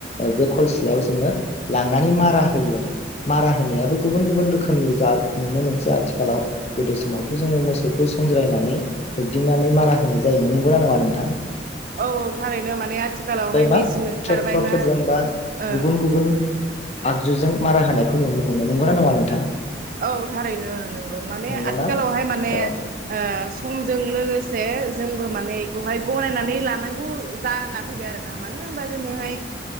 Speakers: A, on the left; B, on the right.
A: बे कल सिलायाव जोङो लांनानै मारा होयो आरो मारा होनायाबो गुबुन गुबुन रोखोमनि जा नुनो मोनसै आथिखालाव गोदो समावथ' जोङो मोसौखौ संज्रायनानै होदिंनानै मारा होनाय जायोमोन नंगौना नङा नोंथां?
B: औ औ थारैनो माने आथिखालावहाय
A: ओमफ्राय
B: मेचिन
A: मा
B: ओंखारबाय
A: ट्रेक्टरफोरजों
B: मा
A: बा
B: ओ
A: गुबुन गुबुन आगजुजों मारा होनायखौ नुनो मोनो नंगौ नना नङा नोंथां
B: औ थारैनो नोंगौ माने
A: नंगौना
B: आथिखालावहाय माने
A: अ
B: समजों लोगोसे जोंबो माने बेखौहाय गनायनानै लानांगौ जाना फैबाय आरोना मानो होनबा जोङोहाय